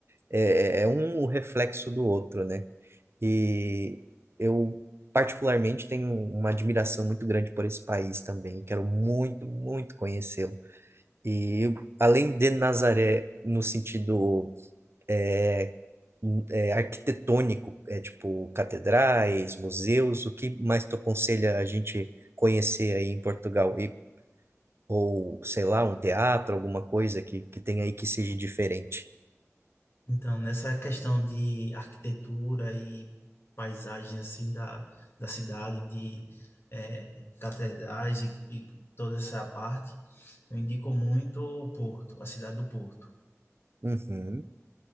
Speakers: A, on the right; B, on the left.
A: é, é é um reflexo do outro, né? E eu particularmente tenho uma admiração muito grande por esse país também, quero muito, muito conhecê-lo. E além de Nazaré no sentido é, é, arquitetônico, é tipo catedrais, museus, o que mais tu aconselha a gente conhecer aí em Portugal? E, ou, sei lá, um teatro, alguma coisa que, que tem aí que seja diferente.
B: Então, nessa questão de arquitetura e paisagem assim da, da cidade, de eh, catedrais e, e toda essa parte, eu indico muito o Porto, a cidade do Porto.
A: Uhum,